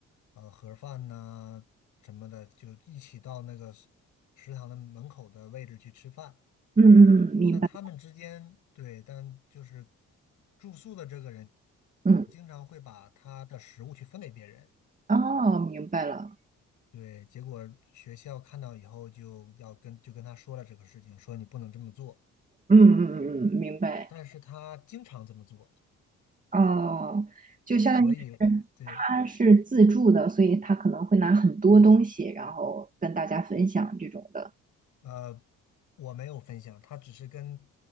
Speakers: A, on the left (about 75°); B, on the right (about 25°).
A: 呃盒饭呐、什么的，就一起到那个食食堂的门口的位置去吃饭。
B: 嗯嗯嗯，明白。
A: 但他们之间，对，但就是住宿的这个人
B: 嗯，
A: 经常会把他的食物去分给别人。
B: 哦，明白了。
A: 对，结果学校看到以后就要跟就跟他说了这个事情，说你不能这么做。
B: 嗯嗯嗯嗯，明白。
A: 但是他经常这么做，
B: 哦，就相当于是他是自助的，
A: 所以对，
B: 所以他可能会拿很多东西，然后跟大家分享这种的。
A: 呃，我没有分享，他只是跟